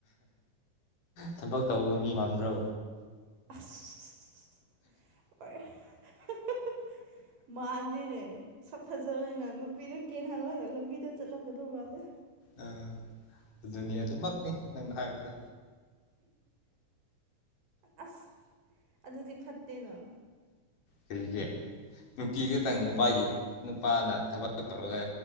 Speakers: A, on the left; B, on the right.
A: ꯊꯕꯛ ꯇꯧꯕ ꯃꯤ ꯃꯥꯟꯕ꯭ꯔꯣ
B: ꯑꯁ <unintelligible> ꯃꯥꯟꯗꯦꯅꯦ ꯁꯛ ꯐꯖꯕꯅꯤꯅ ꯅꯨꯄꯤꯗ ꯀꯦꯟꯍꯜꯂꯒ ꯂꯝꯕꯤꯗ ꯆꯠꯂꯝꯒꯗꯧ ꯃꯥꯜꯂꯦ
A: ꯑ ꯑꯗꯨꯅꯤ ꯑꯗꯨꯃꯛꯅꯤ ꯅꯪꯅ ꯍꯥꯏꯕꯗꯨ
B: ꯑꯁ ꯑꯗꯨꯗꯤ ꯐꯠꯇꯦꯅ
A: ꯀꯔꯤꯒꯤ ꯅꯨꯄꯤ ꯈꯇꯪ ꯅꯨꯄꯥꯒꯤ ꯅꯨꯄꯥꯅ ꯊꯕꯛ ꯇꯧꯔꯒ